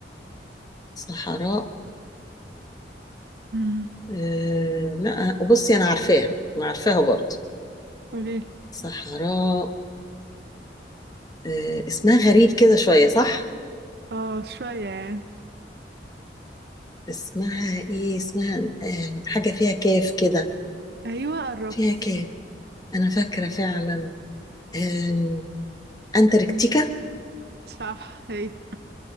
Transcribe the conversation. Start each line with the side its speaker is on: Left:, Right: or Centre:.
Left: صحراء
Right: امم
Left: آه لا بصي انا عارفاها انا عارفاها برضه
Right: قوليلي
Left: صحراء آه اسمها غريب كده شوية صح
Right: اه شوية يعني
Left: اسمها ايه اسمها آه حاجة فيها كاف كده
Right: ايوه قربت
Left: فيها كاف انا فاكرة فعلا آه انتاركتيكا
Right: صح هي